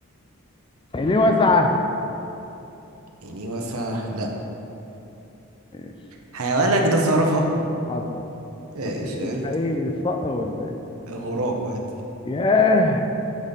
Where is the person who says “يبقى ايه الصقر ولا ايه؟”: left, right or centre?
Left